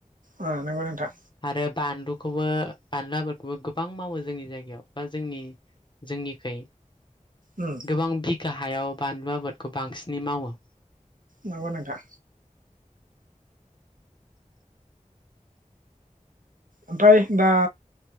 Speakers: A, on the right; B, on the left.
A: ओ नांगो नोंथां।
B: आरो बानलुखौबो बानलु आबादखौबो गोबां मावो जोंनि जायगायाव बा जोंनि जोंनिखै।
A: उम
B: गोबां बिगा हायाव बानलु आबादखौ बांसिनै मावो।
A: नंगौ नोंथां ओमफाय दा